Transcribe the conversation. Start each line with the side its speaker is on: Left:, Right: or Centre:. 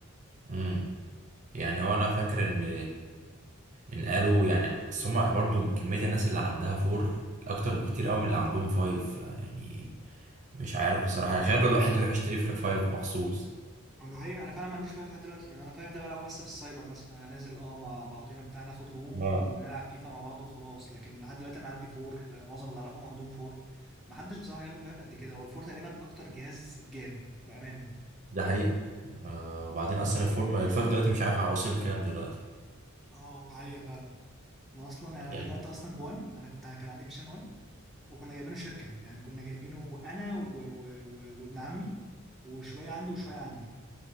Right: امم يعني هو انا فاكر ان ان قالوا يعني بس هما برضه كميه الناس اللي عندها 4 اكتر بكتير قوي من اللي عندهم 5 يعني مش عارف بصراحه هيخلوا الواحد يروح يشتري 5 مخصوص
Centre: أنا ده حقيقي انا فعلا ما عنديش وايف لحد دلوقتي يعني انا فايف ده بلعبه بس في السايبر مثلا انا نازل اه مع بعضينا بتاع ناخد روم
Right: اه
Centre: ونلعب فيفا مع بعض وخلاص لكن لحد دلوقتي انا عندي فور آه، معظم اللي اعرفهم عندهم فور ما حدش بصراحه جاب الفايف قد كده هو الفور تقريبا اكتر جهاز اتجاب بامانه
Right: ده حقيقي آه وبعدين اصلا الفورم الفايف دلوقتي مش عارف هوصل كام دلوقتي
Centre: اه ده حقيقي فعلا انا اصلا يعني
Right: يعني
Centre: انا بدات اصلا بوان انا كنت انا كان عندي بلايستيشن 1 وكنا جايبينه شركه يعني كنا جايبينه انا و... و... و... وابن عمي وشويه عنده وشويه عندي